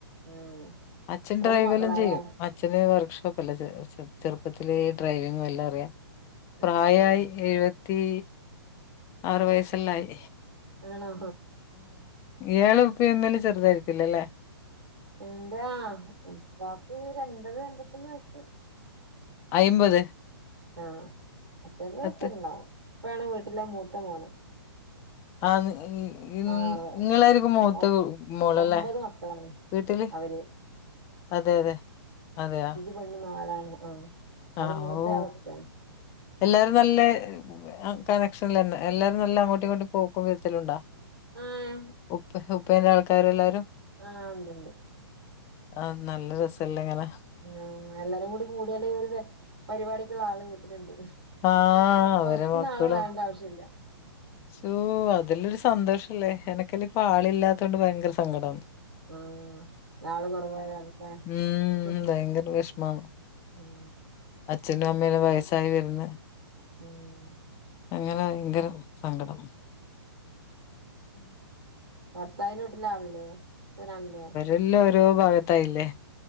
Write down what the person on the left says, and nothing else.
അച്ഛൻ
ഡ്രൈവെല്ലാം
ചെയ്യും അ അച്ഛന് വർക്ക്ഷോപ്പല്ലേ ചെ ചെറുപ്പത്തിലേ ഡ്രൈവിംങ്ങും എല്ലാം അറിയാം. പ്രായായി
എഴുപത്തീ ആറ് വയസ്സെല്ലായി.
ഇയാളെ ഉപ്പി എന്നാലും ചറുതായിരിക്കില്ലല്ലേ?
അയിമ്പത്
പത്ത്
ആന്ന് ഈ ഇ
ഇങ്ങളായിരിക്കും മൂത്ത
മോള്
ല്ലെ
വീട്ടില്?
അതെ, അതെ, അതെയ
ആ
ഓ
എല്ലാരും നല്ല കണക്ഷനിൽ ലെന്നെ എല്ലാരും നല്ല അങ്ങോട്ടും ഇങ്ങോട്ടും പോക്കും വെര്ത്തലുണ്ടോ?
ഉപ്പേ ഉപ്പേന്റെ ആൾക്കാരെല്ലാരും
ആഹ് നല്ല രസല്ലങ്ങനെ
ആ
അവരെ മക്കളും
ശോ അതിലൊരു സന്തോഷല്ലേ എനക്കല്ലപ്പൊ ആളില്ലാത്തോണ്ട് ഭയങ്കര സങ്കടഅന്ന്
ഉം
ഭയങ്കര വിഷമാണ്
അച്ഛനും അമ്മയുംയെല്ലാം വയസ്സായി വരുന്ന
അങ്ങനെ ഭയങ്കര സങ്കടം
എല്ലോ ഓരോ ഭാഗത്തായില്ലേ